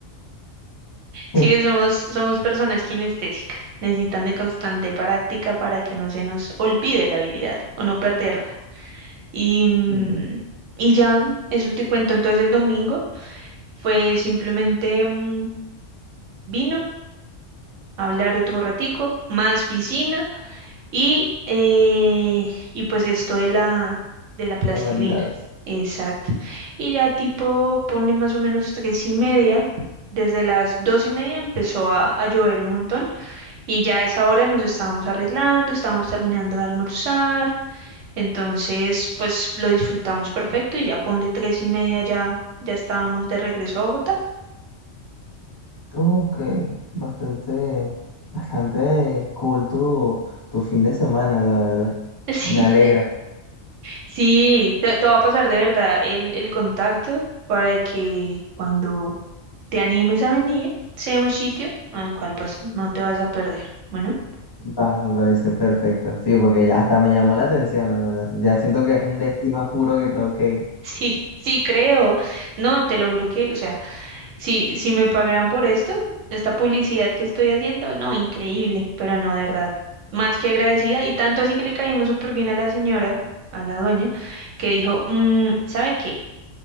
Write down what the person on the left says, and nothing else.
<laughs>
Sí.
Manualidades.
Ok, bastante, bastante cool tu, tu fin de semana, la verdad.
Me alegra.
Va, me parece perfecto. Sí, porque ya hasta me llamó la atención, la verdad. Ya siento que es un destino a juro que tengo que
ir.